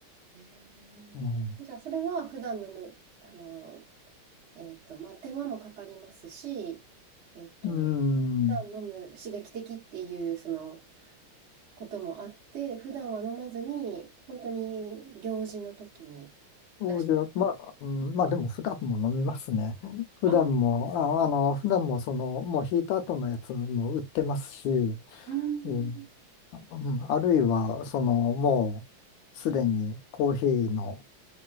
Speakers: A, on the right (about 50°); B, on the left (about 75°).
A: へ
B: ん。
A: えじゃあ、それは普段のむ、あの、えっと、まあ、手間もかかりますし、えっと、
B: うん
A: 普段飲む刺激的っていう、その、こともあって、普段は飲まずに、本当に行事の時に
B: そうじゃ、
A: 出した。
B: まあ、うん、まあでも普段も飲みますね。普段も、
A: あ、そうですか。
B: あ、あの、普段もその、もう引いた後のやつも売ってますし、うんうんあるいは、
A: うん。
B: その、もうすでにコーヒーの、